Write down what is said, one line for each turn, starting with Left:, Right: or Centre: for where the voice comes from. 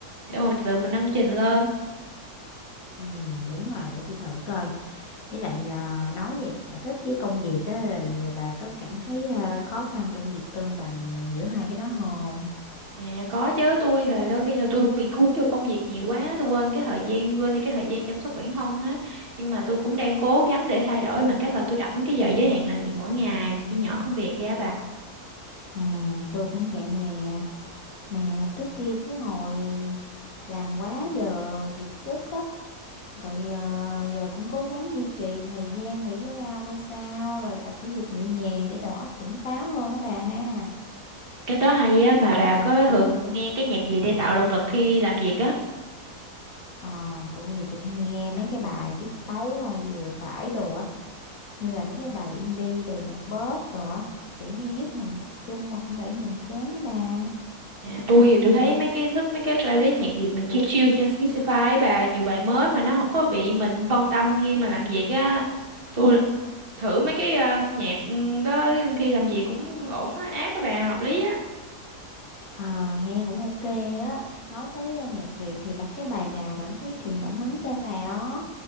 Right: xong rồi từ từ mình nâng trình lên
Left: ừ đúng rồi để tôi thử coi với lại à, nói về sở thích với công việc á rồi bà có cảm thấy à, khó khăn trong việc cân bằng giữa hai cái đó không
Right: À, có chứ tôi là đôi khi là tôi cũng bị cuốn vô công việc nhiều quá tôi quên cái thời gian quên đi cái thời gian chăm sóc bản thân á nhưng mà tôi cũng đang cố gắng để thay đổi bằng cách là tôi đặt mấy cái giờ giới hạn làm việc mỗi ngày mình chia nhỏ công việc ra bà
Left: Ừ, tôi cũng vậy nè Mà trước kia cứ ngồi làm quá giờ rồi kiệt sức đó. Rồi ờ, giờ cũng cố gắng duy trì thời gian nghỉ giải lao coi sao. Rồi tập thể dục nhẹ nhàng để đầu óc tỉnh táo hơn á bà ha.
Right: cái đó hay á mà bà có thường nghe cái nhạc gì để tạo động lực khi làm việc á
Left: Ờ, tôi thì tôi hay nghe mấy cái bài tiết tấu à, vừa phải đồ á. Như là mấy cái bài indie rồi nhạc pop đồ á. Kiểu như giúp mình tập trung mà cũng đỡ nhàm chán á bà.
Right: à, tôi thì tôi thấy mấy cái thích mấy cái playlist nhạc Việt mình chill chill trên Spotify á bà nhiều bài mới mà nó không có bị mình phân tâm khi mà làm việc á tôi thử mấy cái ờ, nhạc ừ, đó khi làm việc cũng ổn á app á bà hợp lý á
Left: Ờ, nghe cũng ok á. Nói tới à, nhạc Việt thì bà thấy bài nào cảm thấy truyền cảm hứng cho bà á?